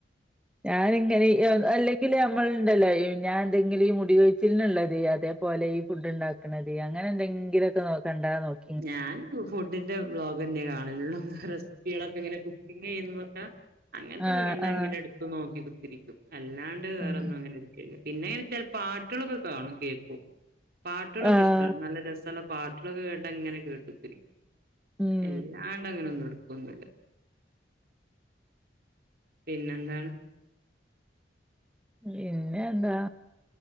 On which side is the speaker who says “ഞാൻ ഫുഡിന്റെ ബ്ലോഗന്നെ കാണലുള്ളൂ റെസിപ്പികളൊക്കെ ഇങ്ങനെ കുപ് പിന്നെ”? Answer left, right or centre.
Right